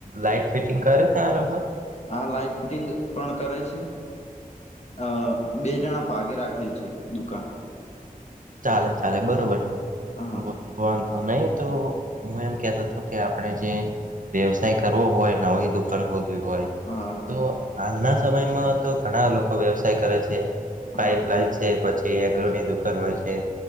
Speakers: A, on the right; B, on the left.
A: લાઈટફિટિંગ કરે તારો ભાઈ
B: આ લાઇટફિટિંગ પણ કરે છે, અ બે જણા ભાગે રાખેલ છે, દુકાન
A: ચાલે ચાલે બરોબર છે,
B: હા
A: વાંધો નહીં તોહું એમ કહેતો હતો કે, આપણે જે વ્યવસાય કરવો હોય ને હોય દુઃખે ઓ હોય
B: હા
A: તો આજના સમયમાં તો ઘણા લોકો વ્યવસાય કરે છે, પાઇપલાઈન
B: હા
A: છે, એગોની દુકાન હોય છે,